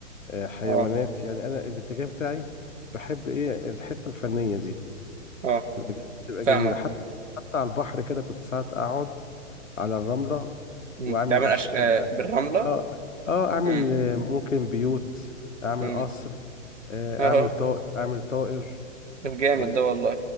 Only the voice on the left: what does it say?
آه، حيوانات
يعني انا الاتجاه بتاعي بحب ايه الحته الفنيه دي
بتبقى ج- بتبقى
جميلة حتى حتى على البحر كده كنت ساعات أقعد على الرملة
وأعمل
أشكال
بقى
اه اه أعمل
آه، ممكن بيوت أعمل
قصر آه،
أعمل طائر أعمل طائر
اه